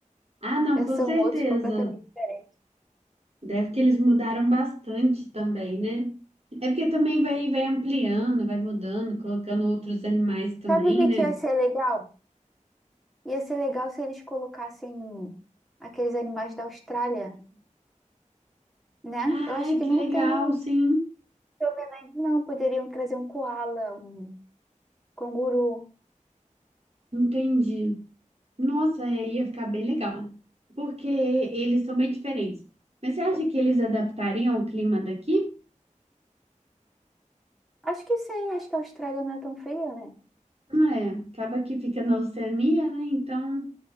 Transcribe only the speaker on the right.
Ah, não,
com
certeza.
Deve que eles mudaram bastante também, né? É porque também vai, vai ampliando, vai mudando, colocando outros animais também,
né?
Ai,
que
legal,
sim.
Entendi. Nossa, é, ia ficar bem legal. Porque eles são bem diferentes. Mas você acha que eles adaptariam o clima daqui?
Não é. Acaba que fica na Oceania, né? Então